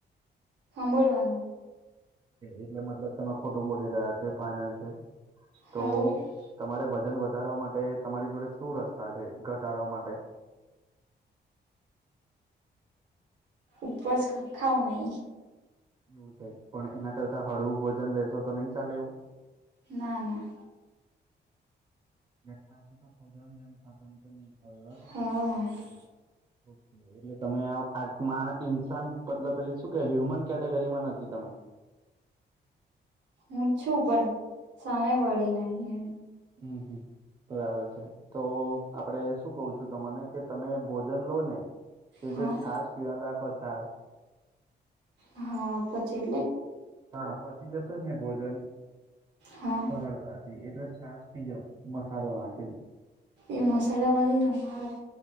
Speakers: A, on the right; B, on the right.
A: સાંભોળવાનું.
B: એટલે મતલબ તમે ખોટું બોલી રહ્યા છો ફઇનલ છે.
A: હવ
B: તો તમારે વજન વધારવા માટે તમારી જોડે શું રસ્તા છે ઘટાડવા માટે?
A: ઉપવાસ ખાવ નહી.
B: એવું છે પણ એના કરતા હળવું ભોજન લેશો તો નહી ચાલે એવું?
A: ના ના.
B: દખાય તો ખનાસન તો નહી એવા છો?
A: હા હું
B: ઓકે એટલે તમે આ મા ઇન્સાન પતલા પેલી શું કે હ્યુમન કેટેગરીમાં નથી તમે.
A: હું છું પણ સામે વળી નહી એમ.
B: હમ હમ બરાબર છે તો આપડે શું કઉ છું તને કે તમે ભોજન લો ને એ
A: હા
B: જો છાસ પીહન રાખો છાસ.
A: હા પચે એટલે?
B: હા પછી જશે ને ભોજન
A: હા
B: સરળતાથી એટલે છાસ પીજાવ મસાલો નાખીને.
A: એ મસાલાવાળી ના ભાવે.